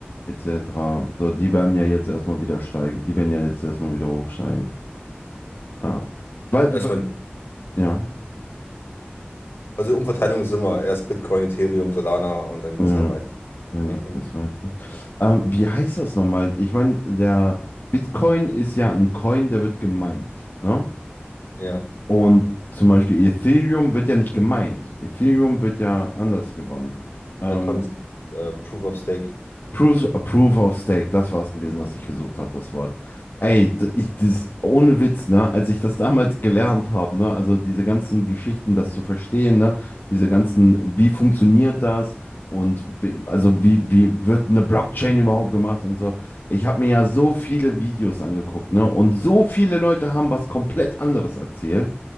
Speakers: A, on the left; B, on the left.
A: etc. So, die werden ja jetzt erstmal wieder steigen. Die werden ja jetzt erstmal wieder hochsteigen. Ja. Weil,
B: Erstmal,
A: weil, ja.
B: also Umverteilung ist immer erst Bitcoin, Ethereum, Solana und dann geht
A: Ja.
B: es halt weiter.
A: Dann
B: Ne?
A: geht
B: In-
A: es weiter. Ähm, wie heißt das nochmal? Ich meine, der Bitcoin ist ja ein Coin, der wird gemeint, ne?
B: Ja,
A: Und zum Beispiel Ethereum wird ja nicht gemeint. Ethereum wird ja anders gewonnen. Ähm,
B: in der Konsens, äh, Proof of Stake.
A: Proof, Proof of Stake, das war es gewesen, was ich gesucht habe, das Wort. Ey, d- ich, das, ohne Witz, ne, als ich das damals gelernt habe, ne, also diese ganzen Geschichten, das zu verstehen, ne, diese ganzen, wie funktioniert das und wie, also wie, wie wird eine Blockchain überhaupt gemacht und so. Ich habe mir ja so viele Videos angeguckt, ne, und so viele Leute haben was komplett anderes erzählt,